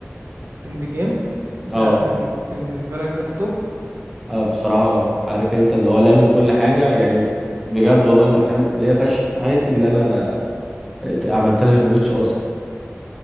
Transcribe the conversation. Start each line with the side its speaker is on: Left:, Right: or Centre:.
Right: اند جيم ده
Centre: اه
Right: بن- بالنسبة لك ده التوب
Centre: آه، بصراحه اه عارف انت اللي هو لا من كل حاجه يعني بجد والله من الافلام القليله فشخ في حياتي اللي انا ات- عملت لها رواتش اصلا